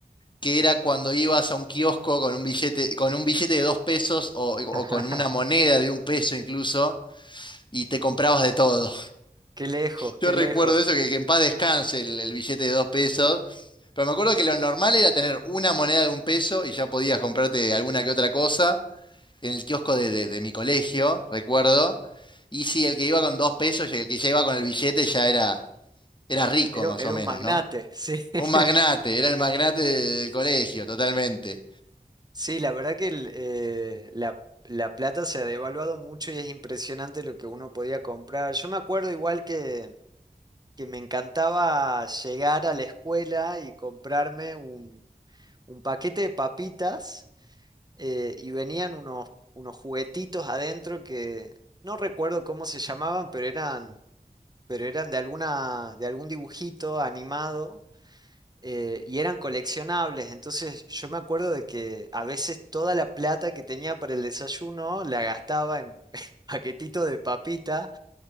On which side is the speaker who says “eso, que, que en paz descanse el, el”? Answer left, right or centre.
Left